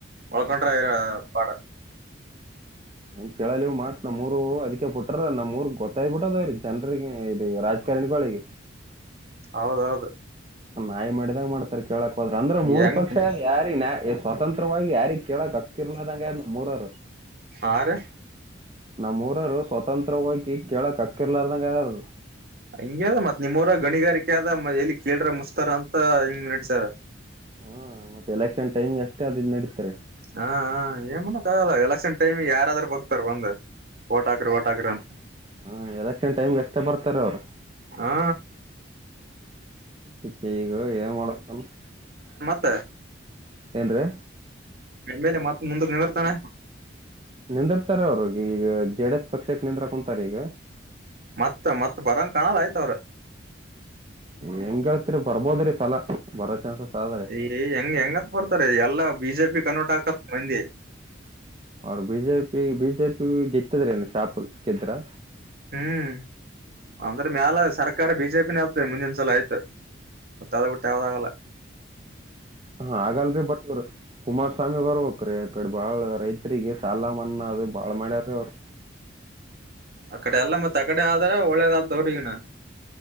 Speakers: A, on the right (about 50°); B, on the right (about 30°).
A: ಉಳ್ಕೊಂಡ್ರರ ಪಾಡ
B: ಏನ್ ಕೇಳಲಿವು ಮಾತ್ ನಮ್ರು ಅದಕ್ಕೆ ಪುಟ್ರ ನಮ್ರ್ಗ್ ಗೊತ್ತಾಗ್ಬ ಬಿಟ್ಟ ಅದ ಜನ್ರಿಗೆ ಇ ರಾಜಕಾರಣಿ ಕಳಗೆ
A: ಹೌದೌದು
B: ನಾಯಿ ಮಾಡಿದಾಗ ಮಾಡ್ತಾರೆ ಕೇಳಕ್ ಹೋದ್ರ ಅಂದ್ರೆ ಮೂರ್
A: ಹೆಂಗ
B: ಪಕ್ಷ ಯಾರಿ ಸ್ವತಂತ್ರವಾಗಿ ಯಾರಿಗ್ ಕೇಳಕ್ ಅತ್ಕಿರ್ದಂಗ ಮೂರರು
A: ಹಾರ
B: ನಮ್ಮೂಊರರು ಸ್ವತಂತ್ರ ಹೋಗಿ ಕೆಳಕ್ ಅಕ್ಕಿರ್ಲಾರ್ದಂಗ ಅದಾರದು
A: ಹಂಗಗೆ ಅದ ಮತ್ ನಿಮ್ಮವರ ಗಣಿಗಾರಿಕೆ ಆದದ ಎಲ್ಲಿ ಕೇಳ್ರ ಮುಸ್ತರ ಅಂತ ಹಿಂಗ್ ನಡಸಾರ <inaudible>
B: ಹಾ ಮತ್ತೆ ಎಲೆಕ್ಷನ್ ಟೈಮ್ ಅಷ್ಟೇ ಅದದು ನಡೀತಾರೆ
A: ಹಾ ಏನ್ ಮಾಡಕ್ ಆಗಲ್ಲ ಎಲೆಕ್ಷನ್ ಟೈಮ ಯಾರಾದ್ರೂ ಬಕ್ತಾರ ಬಂದ ಓಟಾಕ್ರಿ ಓಟಾಕ್ರ ಅಂತ
B: ಹ್ಮ ಎದಕ್ಷಣ ಟೈಮ್ಗೆ ಎಷ್ಟ ಬರ್ತಾರ ಅವ್ರು
A: ಹಾ
B: ಸಿಕ್ಕ ಈಗ ಏನ್ ಮಾಡತಾನ
A: ಹಾ
B: ಏನ್ರೀ
A: ಆಮೇಲೆ ಮತ್ತ ಮುಂದಕ್ಕೆ ನರ್ತಾನ
B: ನಿಂದಿರ್ತಾರ ಅವ್ರಿಗೆ ಈಗ ಜೆಡ ಎಸ್ ಪಕ್ಷಕ್ಕೆ ನಿಂದ್ರ ಕುಂತಾರ ಈಗ
A: ಮತ್ ಮತ್ ಬರಂಗ ಕಾಣಲ್ಲ ಆಯ್ತ ಅವ್ರ
B: ಹೆಂಗಗೆಳ್ತ್ರಿ ಬರ್ಬೋದ್ರಿ ಸಲ ಬರೋ ಚಾನ್ಸಸ್ ಆದರಿ
A: ಏ ಹೆಂಗ್ ಹೆಂಗತ್ ಬರ್ತಾರೆ ಎಲ್ಲಾ ಬಿಜೆ ಪಿ ಕನ್ವರ್ಟ್ ಹಾಕತ್ ಮಂದಿ
B: ಅವ್ರ ಬಿಜೆಪಿ ಬಿಜೆಪಿ ಗೆತ್ತಿದ್ರ ಏನು ಶಾಪ ಗೆದ್ರ
A: ಹ್ಮ್ ಅಂದ್ರ ಮ್ಯಾಲ ಸರ್ಕಾರ ಬಿಜೆಪಿನ ಆತದೆ ಮುಂದಿನಸಲ ಆಯ್ತು ಮತ್ತಳ ಬಿಟ್ಟಟಾವದಾಗಲ್ಲ
B: ಹ ಹಾಗಲ್ರಿ ಬಟ್ ಕುಮಾರಸ್ವಾಮಿ ಬರ್ಬೇಕಕ್ ಆ ಕಡೆ ಬಾಳ ರೈತರಿಗೆ ಸಾಲ ಮನ್ನಾ ಅದು ಬಾಳ ಮ್ಯಾರ ಅವರು
A: ಅಕಡೆ ಎಲ್ಲ ಮತ್ ಅಗಡೆ ಆದ್ರ ಒಳ್ಳೇದತವ್ರಗನ